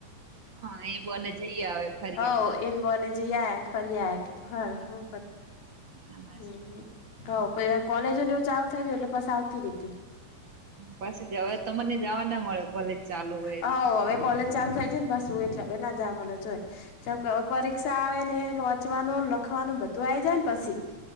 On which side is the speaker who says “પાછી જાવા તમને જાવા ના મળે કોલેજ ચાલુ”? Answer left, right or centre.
Right